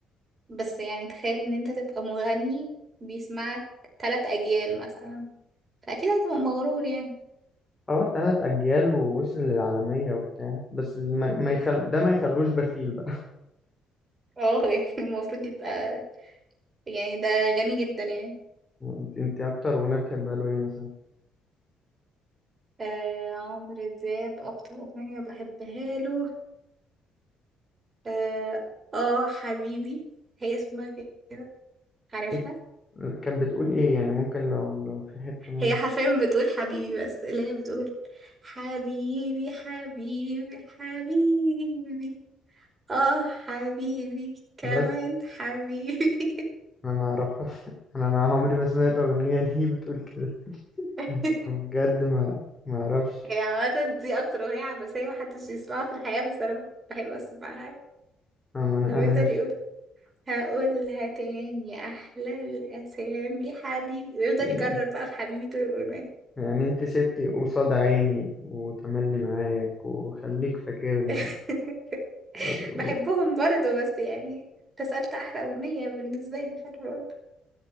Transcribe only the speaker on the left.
اه تلات اجيال ووصل للعالمية وبتاع بس ما, ما يخل... ده ما يخلوش بخيل بقى
<laughs> انت, انت اكتر اغنية بتحبها له ايه مثلا
إيه... كانت بتقول ايه يعني ممكن لو لو في حتة منها
بس
انا ما اعرفها <laughs> انا ما عمري ما سمعت اغنية دي بتقول كده <laughs>
بجد ما ما اعرفش
أم- انا
انا مش
يعني
يعني انت سبتي قصاد عيني وتملي معاك وخليك فاكرني
و... و...